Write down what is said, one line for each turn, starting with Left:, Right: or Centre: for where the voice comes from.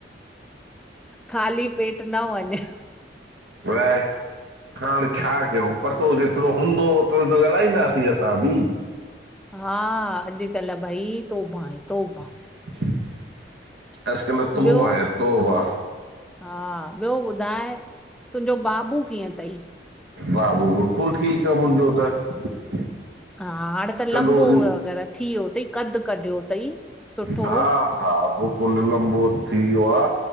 Centre: खाली पेट न वञे
Right: ॿुधाए हाणे छा कयूं? पतो जेतिरो हूंदो ओतरो त ॻाल्हाईंदासीं असां बि
Centre: हा अॼुकल्ह भई तोभां आहे तोभां।
Right: <inaudible> तोबा
Centre: ॿियो?
Right: आहे तोबा
Centre: हा ॿियो ॿुधाए, तुंहिंजो बाबू कीअं अथई?
Right: बाबू बिलकुल ठीक आ मुंहिंजो त।
Centre: हा हाणे त लंबो
Right: सॼो ॾींहुं
Centre: अगर थी वियो अथई, कदु कढियो अथईं सुठो।
Right: हा हा बिकुलु लंबो थी वियो आ।